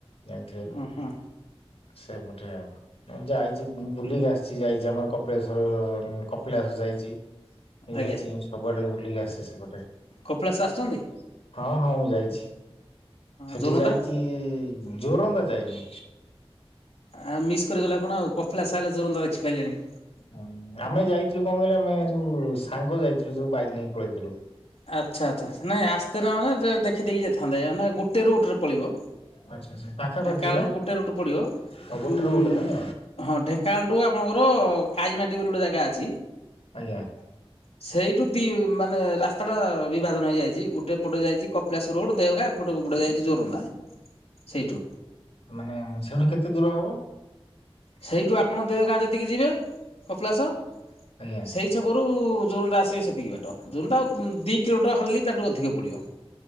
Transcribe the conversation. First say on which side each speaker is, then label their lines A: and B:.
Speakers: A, on the left; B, on the left.
A: ଜାଣିଥିବେ?
B: ଉଁ ହୁଁ।
A: ସେଇପଟେ ଆଉ। ମୁଁ ଯାଇଛି ବୁଲିକି ଆସିଛି ଯାଇଛି ଆମର କପିଳେଶ୍ଵର କପିଳାଶ ଯାଇଚି।
B: ଆଜ୍ଞା
A: ଯାଇଛି ମୁଁ ସବୁଆଡେ ବୁଲିକି ଆସିଛି ସେପଟେ।
B: କପିଳାସ ଆସିଛନ୍ତି?
A: ହଁ ହଁ ମୁଁ ଯାଇଛି ସେଠି
B: ଜୋରନ୍ଦା
A: ଯାଇଛି ଜୋରନ୍ଦା ଯାଇନି।
B: ଆ ମିସ୍ କରିଗଲେ ଆପଣ ଆଉ କପିଳାସ ଆଇଲେ ଯୋରନ୍ଦା ଦେଖିପାଇଲେଣି।
A: ହଁ ଆମେ ଯାଇଥିଲୁ କଣ କହିଲେ ଆମେ ସୁ ସାଙ୍ଗ ଯାଇଥିଲୁ ସବୁ ବାଇକ ନେଇକି ପଳେଇଥିଲୁ।
B: ଆଚ୍ଛା ଆଚ୍ଛା ନାଇଁ ଆସ୍ତେ ନା ଦେ ଦେଖିଦେଇକି ଯାଇଥାନ୍ତେ ନା ଗୋଟେ ରୁଟ ରେ ପଳିବ।
A: ଆଚ୍ଛା ଆଚ୍ଛା ପାଖାପାଖି
B: ଢେଙ୍କାନାଳରୁ
A: ନା
B: ଗୋଟେ ରୁଟ ପଡିବ
A: ଆଉ ଗୋଟେ
B: ହୁଁ
A: ରୁଟରେ
B: ହୁଁ।
A: ନା
B: ହଁ ଢେଙ୍କାନାଳଠୁ ଆପଣଙ୍କର କାଇମାଟି ବୋଲି ଗୋଟେ ଜାଗା ଅଛି।
A: ଆଜ୍ଞା।
B: ସେଇଠୁ ଦି ମାନେ ରା ତଟା ବିଭାଜନ ହେଇଯାଇଛି ଗୋଟେ ପଟ ଯାଇଛି କପିଳାଶ ରୋଡ଼ ଦେଓଗାଁ ଗୋଟେ ଗ ପଟ ଯାଇଛି ଜୋରନ୍ଦା। ସେଇଠୁ
A: ମାନେ ସେଠୁ କେତେ ଦୂର ହବ?
B: ସେଇଠୁ ଆପଣ ଦେଓଗାଁ ଯେତିକି ଯିବେ, କପିଳାସ
A: ଆଜ୍ଞା
B: ସେଇ ଛକରୁ ଯୋରନ୍ଦା ଆସିବେ ସେତିକି ବାଟ। ଯୋରନ୍ଦା ଆଉ ଦି କିଲୋମିଟର ହାଡ଼ଲି ତାଠୁ ଅଧିକ ପଡ଼ିବ।